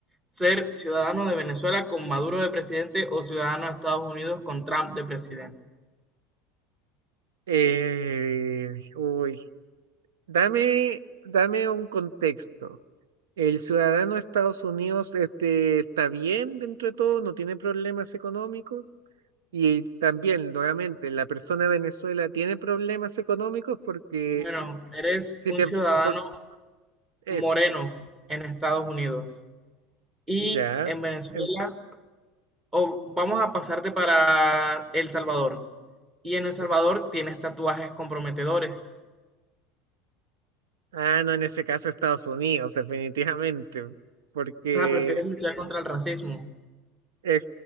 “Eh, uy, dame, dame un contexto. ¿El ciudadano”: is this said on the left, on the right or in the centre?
Right